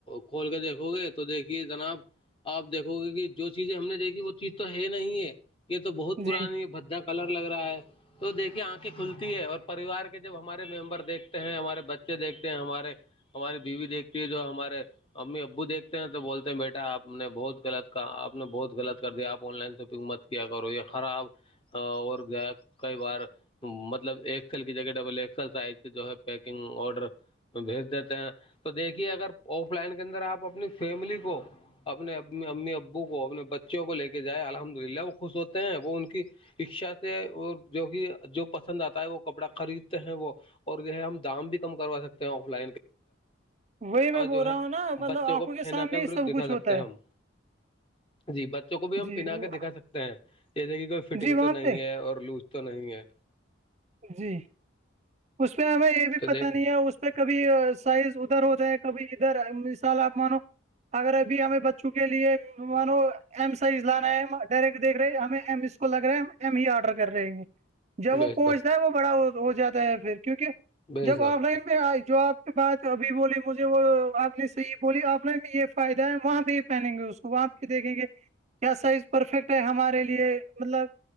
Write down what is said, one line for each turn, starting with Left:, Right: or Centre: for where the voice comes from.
Left: کھول کے دیکھو گے تو دیکھیے جناب آپ دیکھو گے کہ جو چیزیں ہم نے دیکھی وہ چیز تو ہے نہیں ہے یہ تو بہت پرانی
Right: جی
Left: یہ بھدا کلر لگ رہا ہے تو دیکھیے آنکھیں کھلتی ہے اور پریوار کے جب ہمارے ممبر دیکھتے ہیں ہمارے بچے دیکھتے ہیں ہمارے ہماری بیوی دیکھتی ہے جو ہمارے امی ابو دیکھتے ہیں تو بولتے ہیں بیٹا آ نے بہت غلط کہ آپ نے بہت غلط کر دیا آن لائن شاپنگ مت کیا کرو یہ خراب اور کئی بار مطلب ایکسل کی جگہ ڈبل ایکسل سائز کی جو ہے پیکنگ آڈر بھیج دیتے ہیں تو دیکھیے اگر آف لائن کے اندر آپ اپنی فیملی کو اپنے ا امی ابو کو اپنے بچوں کو لے کے جائے الحمد للہ وہ خوش ہوتے ہیں وہ ان کی اکشا سے جو بھی جو پسند آتا ہے وہ کپڑا خریدتے ہیں وہ اور جو ہے ہم دام بھی کم کروا سکتے ہیں آف لائن کا
Right: وہی میں بول
Left: جو
Right: رہا
Left: ہے
Right: ہوں نا مطلب
Left: بچوں
Right: آنکھوں
Left: کو
Right: کے
Left: پہنا
Right: سامنے
Left: کر
Right: ہی سب
Left: دکھا
Right: کچھ ہوتا
Left: سکتے ہیں
Right: ہے
Left: ہم جی بچوں کو بھی ہم
Right: جی
Left: پہنا
Right: وہ
Left: کے دکھا سکتے ہیں جیسے کہ کوئی فٹنگ
Right: جی وہاں
Left: تو نہیں
Right: پہ
Left: ہے اور لوز تو نہیں ہے
Right: جی اس پہ ہمیں یہ بھی
Left: تو
Right: پتہ
Left: دیکھ
Right: نہیں ہے پہ کبھی سائز ادھر ہوتا ہے کبھی ادھر مثال آپ مانو اگر ابھی ہمیں چک لیے مانو ایم سائز لانا ہے ڈائریکٹ دیکھ رہے ہیں ہمیں ایم اس کو لگ رہا ہے ہم ایم ہی آرڈر کر رہےیں گے جب
Left: بے
Right: وہ پہنچتا
Left: شک
Right: ہے وہ بڑا ہو جاتا ہے پھر کیونکہ
Left: بے
Right: جب
Left: شک
Right: آف لائن میں آئی جو آپ بات ابھی بولی مجھے وہ آپ نے صحیح بولی آپ نے یہ فائدہ ہے وہاں پہ ہی پہنیں گے اس کو وہاں پہ دیکھیں گے کیا سائز پرفیکٹ ہے ہمارے لیے مطلب